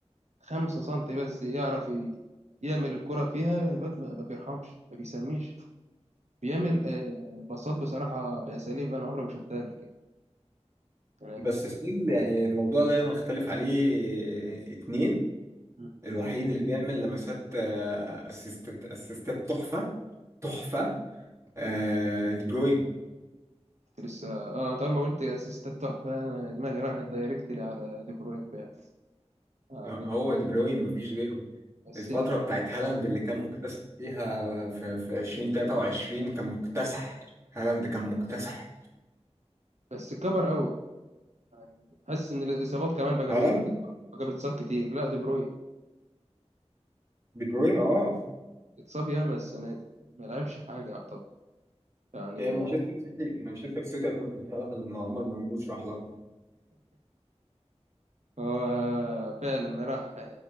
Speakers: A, on the right (about 75°); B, on the right (about 25°).
A: خمسة سنتي بس يعرف ي- يعمل الكرة فيها الواد ما ما بيرحمش ما بيسميش بيعمل آه، باصات بصراحة بأساليب أنا عمري ما شفتها قبل كده أنا
B: بس
A: بس-
B: ستيل يعني الموضوع ده نختلف عليه آه، اتنين
A: مم.
B: الوحيد اللي بيعمل لمسات اسيستات اسيستات تحفة تحفة آه، دي بروين
A: كنت لسه اه طبعا ما قلت اسيستات تحفة أنا دماغي راحت دايركتلي على دي بروين فعلا يعني
B: هو دي بروين مفيش غيره
A: بس
B: الفترة بتاعت هالاند اللي كان مكتسح فيها آه، في في 2023 كان مكتسح هالاند كان مكتسح
A: بس كبر قوي يعني حاسس إن الإصابات كمان بقى
B: هالاند
A: بي... بقى بيتصاب كتير لا دي بروين
B: دي بروين اه
A: اتصاب ياما السنة دي ما لعبش حاجة يعتبر يعني
B: هي مانشستر سيتي مانشستر سيتي هتظبط هالاند لما عمر مرموش راح لها
A: هو فعلا راح